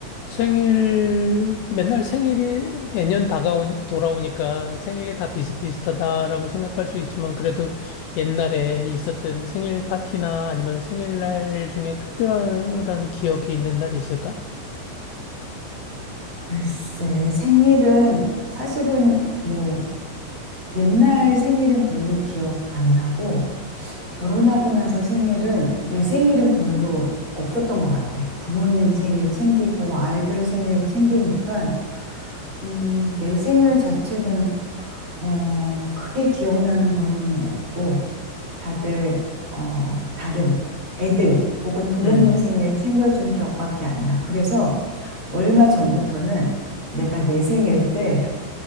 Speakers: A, on the left (about 85°); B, on the right (about 25°).
A: 생일, 맨날 생일이 매년 다가온, 돌아오니까 생일이 다 비슷비슷하다라고 생각할 수 있지만 그래도 옛날에 있었던 생일 파티나 아니면 생일날 중에 특별한 기억이 있는 날이 있을까?
B: 글쎄, 생일은 사실은 뭐 옛날 생일은 별로 기억 안 나고 결혼하고 나서 생일은 내 생일은 별로 없었던 것 같아. 부모님 생일 챙기고 아이들 생일 챙기니까 음, 내 생일 자체는 어, 크게 기억나는 거는 없고 다들 어, 다른 애들 혹은 부모님
A: 음,
B: 생일 챙겨준 기억밖에 안 나. 그래서 얼마 전부터는 내가 내 생일 때